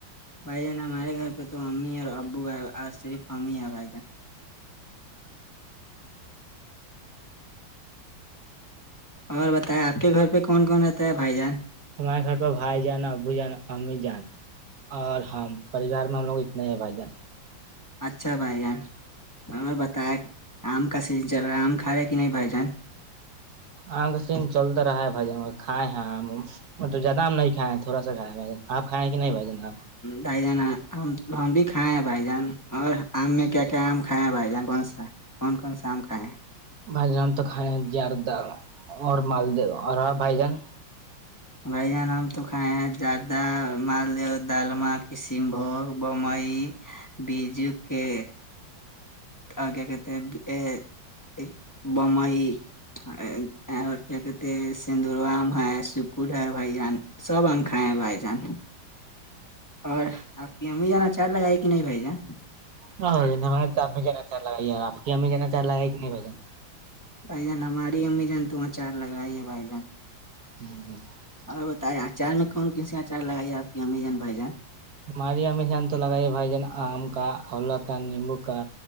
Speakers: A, on the left (about 20°); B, on the right (about 55°).
A: بھائی جان ہمارے گھر پہ تو امی اور ابو ہے اور صرف امی ہے بھائی جان اور بتائیں آپ کے گھر پہ کون کون رہتا ہے بھائی جان
B: ہمارے گھر پہ بھائی جانا ابو جانا امی جانا <unintelligible> اور ہم پریوار میں ہم لوگ اتنے ہی بائی جان
A: اچھا بھائی جان اور بتیں آم کا سیزن چل رہا ہے آم کھا رہا کہ نہیں بھائی جان
B: آ کا سین چلتا رہا ہے بھجن کھ ہیں <unintelligible> مطلب زیادہ ہم نہیں کھائےیں تھوڑا س کھیا بھائی آپ کھائے ہیں کہ نہیں بھجن آپ <unintelligible>
A: بھائی جان ہم بھی کھائے ہیں بھائی جان اور آم میں کیا کیا آم کھائے ہیں بھائی جان کون سا کون کون سا آم کھائے ہیں
B: بھائی نام تو کھائے یاردہ اور مالد اور بھائی جان <unintelligible>
A: بھ جان ہم تو کھائے ہیں زیادہ مالد دال ما کسین بھوگ <unintelligible> بمبئی بیجو کے آگے کہتے <unintelligible> بامائی <unintelligible> اور کیا کہتے سندوروم ہے س <unintelligible> کل ہے بھائی جان سب آگ کائے بھائی جان اور آپ کی ہم بھی جانا چاارج لگائے کہ نہیں بھائی جان <unintelligible>
B: ہ ہم تو ا جانا چاہ رہ ہے ار آپ امی جانا چاہ رہ ہے کہ نہیں بن <unintelligible>
A: بھائی جان ہماری امی جان تو وہاں چار لگائیے بھائی جان
B: ہی ہ <unintelligible>
A: اور بتائییں اچار میں کون کونی اچار لگائی آپ کی امیزان بھائیجان <unintelligible>
B: مارییا مشان تو لگائیے بھائی جان آم کا حلا کا نیمبو کا